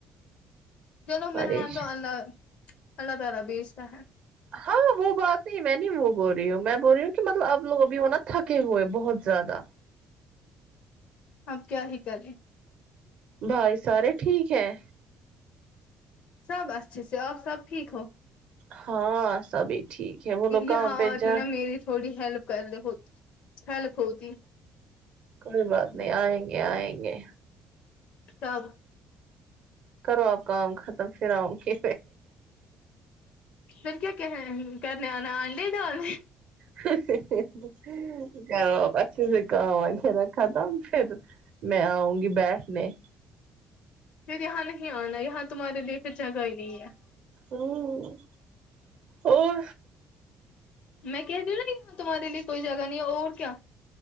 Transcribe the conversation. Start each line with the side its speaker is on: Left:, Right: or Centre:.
Left: چلو
Right: پریش
Left: مہمان تو اللہ اللہ تعالی بھیجتا ہے
Right: ہاں وہ بات نہیں میں نے بھی وہ بول رہی ہوں میں بول رہی ہوں کہ مطلب اپ لوگ بھی ہونا تھکے ہوئے بہت زیادہ
Left: آپ کیا ہی کریں
Right: بھائی سارے ٹھیک ہیں
Left: سب اچھے سے آپ سب ٹھیک ہو
Right: ہاں سبھی ٹھیک ہے وہ لوگ
Left: یہاں
Right: کام پہ
Left: آتی
Right: جا
Left: نا میری تھوڑی ہیلپ کر لے ہوتی ہیلپ ہوتی
Right: کوئی بات نہیں آئیں گے آئیں گے
Left: کب
Right: کرو آپ کام ختم پھر آؤں گی
Left: پھر کیا کہ کرنے انڈے ڈال رہی
Right: ہ ہ ہ ہ کرو آپ اچھے سے کام وغیرہ ختم پھر میں آؤں گی بیٹھنے
Left: پھر یہاں نہیں آنا یہاں تمہارے لیے پھر جگہ ہی نہیں ہے
Right: ہوں اور
Left: میں کہے رہی ہو نہ کہ تمہارے لی کوئی جگہ نہیں ہے اور کیا